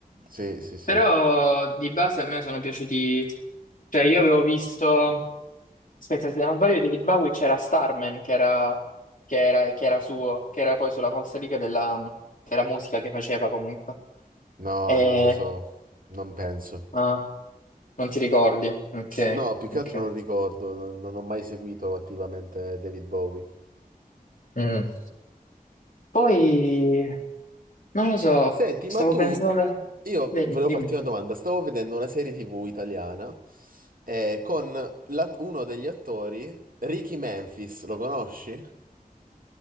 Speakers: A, on the right (about 70°); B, on the left (about 60°).
A: sì, sì, sì.
B: Però di base a me sono piaciuti... Cioè io avevo visto... Aspetta, se non sbaglio di David Bowie c'era Starman, che era, che era, che era suo, che era poi sulla falsariga della, della musica che faceva comunque.
A: No,
B: E...
A: non lo so. Non penso.
B: ah, non ti ricordi? Ok,
A: No, più che
B: ok.
A: altro non ricordo, non, non ho mai seguito attivamente David Bowie.
B: Mm. Poi, non lo so,
A: Senti,
B: stavo
A: ma tu,
B: pensando...
A: io
B: Dimmi,
A: volevo
B: dimmi.
A: farti una domanda. Stavo vedendo una serie TV italiana eh, con la- uno degli attori, Ricky Memphis, lo conosci?